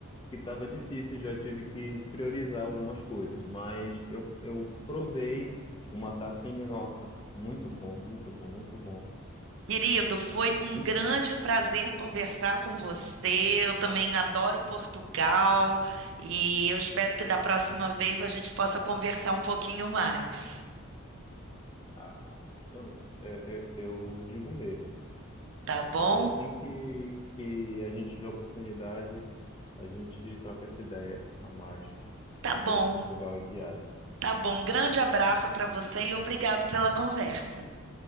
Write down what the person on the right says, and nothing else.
Querido, foi um
grande prazer conversar com você. Eu também adoro Portugal e eu espero que da próxima vez a gente possa conversar um pouquinho mais,
tá bom?
Tá bom.
Tá bom, grande abraço para você e obrigado pela conversa.